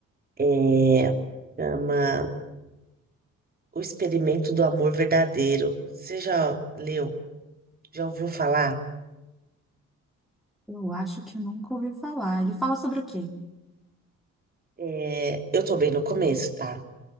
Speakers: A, on the right; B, in the centre.
A: É, chama O Experimento do Amor Verdadeiro. Você já leu? Já ouviu falar?
B: Eu acho que eu nunca ouvi falar. Ele fala sobre o quê?
A: É, eu tô bem no começo, tá?